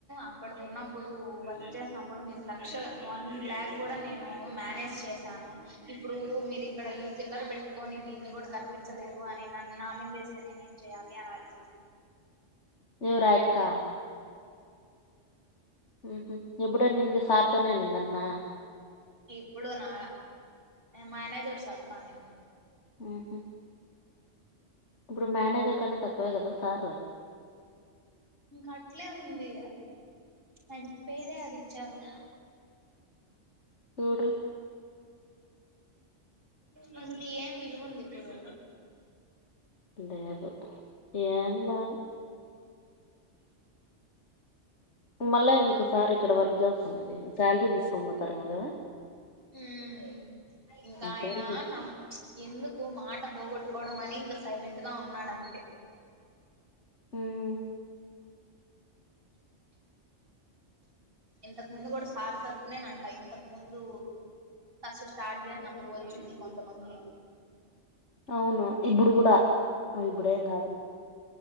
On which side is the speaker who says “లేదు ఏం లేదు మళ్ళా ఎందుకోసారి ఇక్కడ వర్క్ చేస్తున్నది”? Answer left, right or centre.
Left